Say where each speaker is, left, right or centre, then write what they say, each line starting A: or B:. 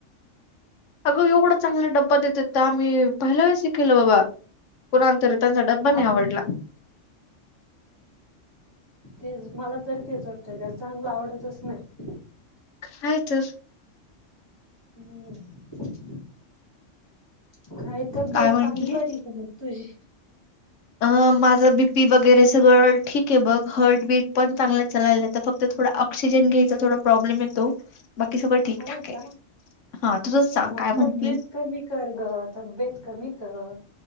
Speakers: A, on the left; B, on the left.
A: अगं एवढा चांगला डब्बा देतेतं त आम्ही पहिला शिकेला बाबा कुणाला तरी त्यांचा डब्बा नाय
B: आपण
A: आवडला.
B: तेच मला तरी तेच वाटतय त्याला चांगलं आवडतच नायं.
A: काय त
B: हम्म कायं तब्येत
A: काय म्हंटली
B: पाणी बरी ये का म तुझी
A: अ माझं बीपी वगैरे सगळं ठीक ये बघ हर्ट बीट पण चांगलं चालेला त फक्त थोडा ऑ ऑक्सिजन घ्यायचा थोडा प्रॉब्लेम येतो. बाकी सगळं ठीकठाक
B: हो
A: ये
B: का?
A: हा तुझंच सांग
B: मग
A: काय म्हणती
B: तब्येत कमी कर ग तब्येत कमी कर